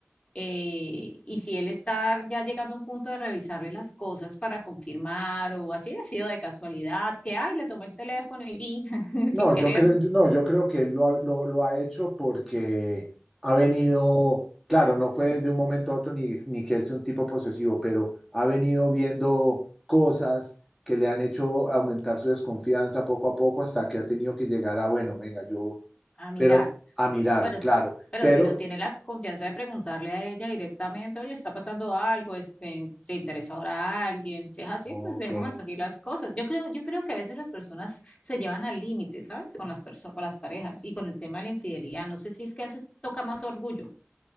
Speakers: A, on the left; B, in the centre.
A: eh, y si él está ya llegando a un punto de revisarle las cosas para confirmar o así ha sido de casualidad, que ay, le tomó el teléfono y vi <laughs>
B: No,
A: sin querer,
B: yo creo, no, yo creo que él lo ha, lo, lo ha hecho porque ha venido,
A: pues
B: claro, no fue de un momento a otro ni, ni que él sea un tipo posesivo, pero ha venido viendo cosas que le han hecho aumentar su desconfianza poco a poco hasta que ha tenido que llegar a, bueno, venga, yo,
A: a mirar.
B: pero a mirar,
A: Bueno, s-
B: claro,
A: pero
B: pero,
A: si no tiene la confianza de preguntarle a ella directamente, oye, está pasando algo, este, te interesa ahora alguien, si es así,
B: ok,
A: pues dejemos hasta aquí las cosas. Yo creo, yo creo que a veces las personas se llevan al límite, ¿sabes? Con las perso- con las parejas y con el tema de la infidelidad. No sé si es que a veces toca más orgullo